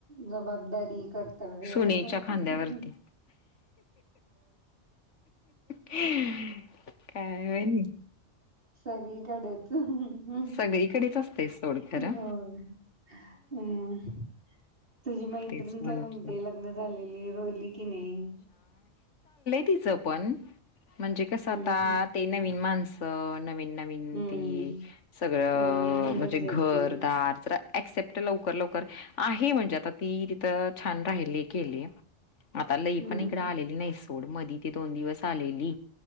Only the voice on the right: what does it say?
जबाबदारी, कर्तव्य
असं होत
ना.
सगळीकडेच हम्म
होय हम्म. तुझी मैत्रीण
काय म्हणते लग्न झालेली रोहिली की नाही.
हम्म
हम्म.
हम्म
होय अंदाज
येत नाही.
हम्म